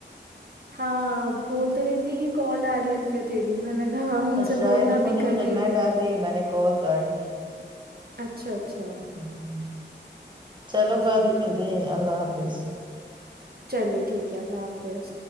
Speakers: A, on the right; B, on the right.
A: ہاں بول تو رندی کی کال آ رہی ہے الفیہ تیری میں نے کہا ہاں ان سے
B: شاید
A: بولنا
B: انہوں
A: بھی
B: نے
A: کر
B: اٹھائی
A: رہی ہوں میں
B: ڈر گئی میں نے کال کارٹی
A: اچھا اچھا
B: ہمم چلو
A: جی
B: بعد بھی ملتے ہیں اللہ ہاف فض
A: چلے ٹھیک ک اللہ حافظ